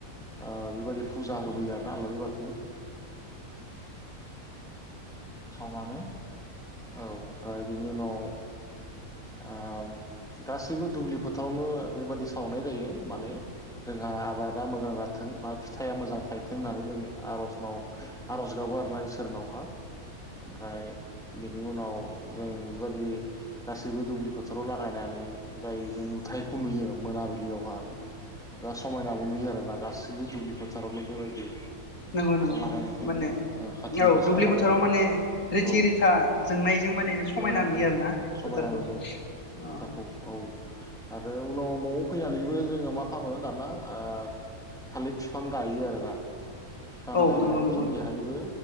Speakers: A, in the centre; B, on the left (about 75°).
A: ओ बेबायदि फुजा होबोयो आरो ना आलारि बाथि। सावनानै औ आरो। बिनि उनाव ओ गासैबो दुब्लि फोथारावनो बेबादि सावनाय जायो माने जोंहा आबादा मोजां जाथों बा फिथाइया मोजां थायथों होननानै जों आर'जनाव आर'ज गाबो आरोना इसोरनावहा। ओमफ्राय बेनि उनाव जों बेबायाददि गासैबो दुब्लि फोथाराव लागायनानै जाय जों नुथायखौ नुयो मोनाबिलियावहाय दा समायनाबो नुयो आरोना गासैबो दुब्लि फोथारावनो बेबायदि।
B: नंगौ नंगौ
A: लागायनाय जायो
B: माने
A: काथिक
B: औ
A: गासा
B: दुब्लि
A: लागायो।
B: बोथोराव माने रिथि
A: औ
B: रिथा जोंनायजों माने समायना
A: जोंनायजों
B: नुयो आरोना
A: समायना
B: फोथारखौ
A: नुयो फोथारखौ
B: ओ।
A: औ आरो उनाव न'आव फैनानैबो जोङो मा खालामो दाना ओ थालिर बिफां गायो आरोना। बिफां
B: औ
A: गायनानै
B: नंगौ नंगौ नोंथां
A: बेहायबो।